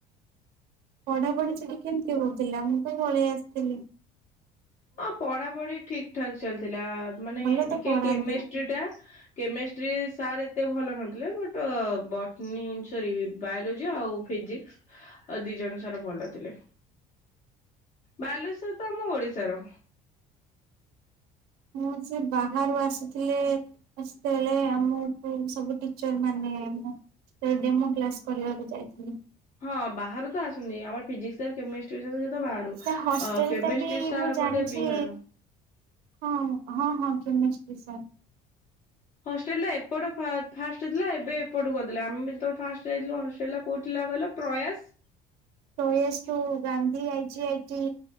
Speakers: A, on the right; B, on the left.
A: ପଢାପଢି ସେଇଠି କେମତି ହଉଥିଲା ମୁଁ ତ ପଳେଇ ଆସଥିଲି।
B: ହଁ ପଢାପଢି ଠିକ ଠାକ ଚାଲିଥିଲା ମାନେ
A: ଭଲ ତ
B: ଟିକେ
A: ପଢାନ୍ତି
B: କେମିଷ୍ଟ୍ରି ଟା କେମ ଷ୍ଟ୍ରି ସାର୍ ଏତେ ଭଲ ନଥିଲେ ବଟ ବ ନି ସରି ବାୟୋଲୋଜି ଆଉ ଫିଜିକ୍ସ ଆ ଦିଜଣ ସାର୍ ଭଲ ଥିଲେ। ବାଲେଶ୍ଵର ତ ଆମ ଓଡିଶାର।
A: ମୁଁ ସେ ବାହାରୁ ଆସିଥିଲେ ସେତେବେଳେ ଆମୁକୁ ସବୁ ଟିଚର ମାନେ। ଏ ମୁଁ ସେ ଡେମୋ କ୍ଲାସ କରିବାକୁ ଯାଇଥିଲି।
B: ହଁ ବାହାରୁ ତ ଆସନ୍ତି ଆମର୍ ଫିଜିକ୍ସ ସାର୍, କେମିଷ୍ଟ୍ରି ସାର୍ ସେ ତ ବାହାରୁ।
A: ତା ହଷ୍ଟେଲ
B: କେମିଷ୍ଟ୍ରି
A: ଟା ବି
B: ସାର୍
A: ମୁଁ ଜାଣିଛି
B: ବୋଧେ ବିହାରରୁ।
A: ହଁ ହଁ ହଁ କେମିଷ୍ଟ୍ରି ସାର୍।
B: ହଷ୍ଟେଲ ଟା ଏପଟ ଫା-ଫାଷ୍ଟରେ ଥିଲା ଏବେ ଏପଟୁକୁ କରିଦେଲେ। ଆମେ ଯେତବେଳେ ଫାଷ୍ଟ ଯାଇଥିଲୁ ହଷ୍ଟେଲ ଟା କୋଉଠି ଥୁଲା କହିଲ ପ୍ରୟାସ।
A: ପ୍ରୟାସ ଠୁ Gandhi I G I T